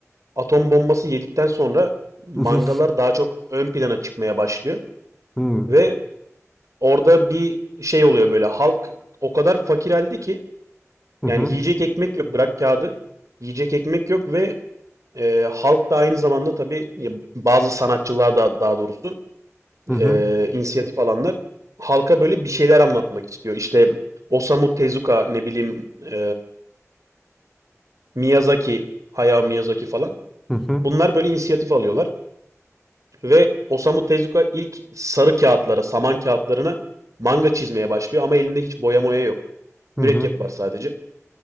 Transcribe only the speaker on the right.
atom bombası yedikten sonra mangalar
daha çok ön plana çıkmaya başlıyor.
Ve orada bir şey oluyor böyle. Halk o kadar fakir halde ki
yani
yiyecek ekmek yok. Bırak kağıdı. Yiyecek ekmek yok ve E, halk da aynı zamanda tabii ya, bazı sanatçılar da daha doğrusu
e,
inisiyatif alanlar halka böyle bir şeyler anlatmak istiyor. İşte Osamu Tezuka ne bileyim e, Miyazaki, Hayao Miyazaki falan.
Bunlar böyle inisiyatif alıyorlar ve Osamu Tezuka ilk sarı kağıtlara, saman kağıtlarına manga çizmeye başlıyor ama elinde hiç boya moya yok. Mürekkep
var sadece.